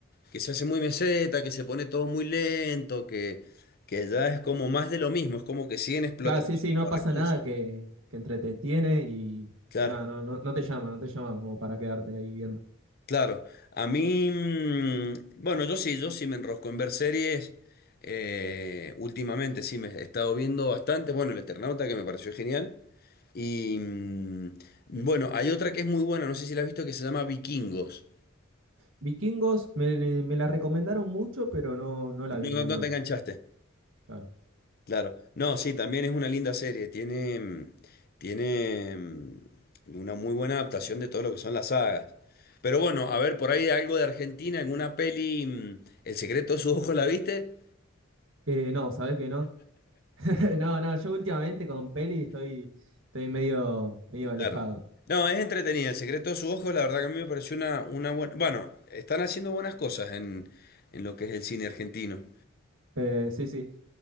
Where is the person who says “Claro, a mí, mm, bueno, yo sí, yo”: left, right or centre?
Left